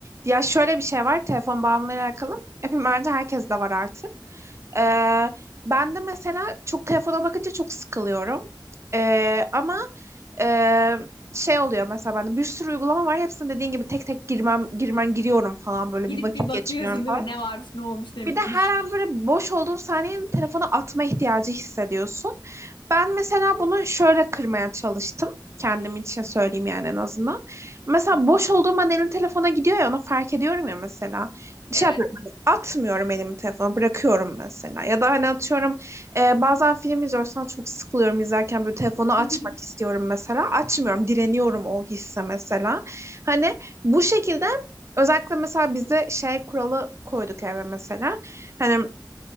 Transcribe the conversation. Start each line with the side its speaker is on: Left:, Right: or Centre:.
Right: ya şöyle bir şey var telefon bağımlılığıyla alakalı. Hepim bence herkes de var artık. Ee, ben de mesela çok telefona bakınca çok sıkılıyorum. Ee, ama e, şey oluyor mesela bende bir sürü uygulama var. Hepsine dediğin gibi tek tek girmem girmen giriyorum falan böyle
Left: Girip
Right: bir vakit
Left: bir bakıyorsun
Right: geçiriyorum
Left: değil
Right: falan.
Left: mi? Ne varmış, ne olmuş, ne
Right: Bir
Left: bitmiş.
Right: de her an böyle boş olduğun saniyenin telefonu atma ihtiyacı hissediyorsun. Ben mesela bunu şöyle kırmaya çalıştım. Kendim için söyleyeyim yani en azından. Mesela
Left: Hı hı.
Right: boş olduğum an elim telefona gidiyor ya onu fark ediyorum ya mesela. Şey
Left: Evet.
Right: yapıyorum, hani atmıyorum elimi telefona bırakıyorum mesela. Ya da hani atıyorum e, bazen film izliyorsan çok sıkılıyorum izlerken böyle telefonu açmak
Left: <laughs>
Right: istiyorum mesela. Açmıyorum direniyorum o hisse mesela. Hani bu şekilde Özellikle mesela bizde şey kuralı koyduk eve mesela. Hani